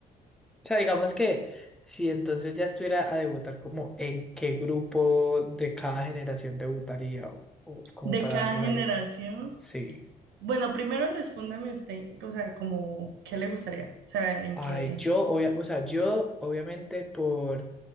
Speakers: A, in the centre; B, on the right.
A: O sea, digamos que si entonces ya estuviera a debutar, como en qué grupo de cada generación debutaría o, o como
B: de
A: para
B: cada
A: dar una
B: generación.
A: idea. Sí.
B: Bueno, primero respóndame usted, o sea, como, ¿qué le gustaría? O sea, en
A: Ay,
B: qué...
A: yo, obvia- o sea, yo obviamente por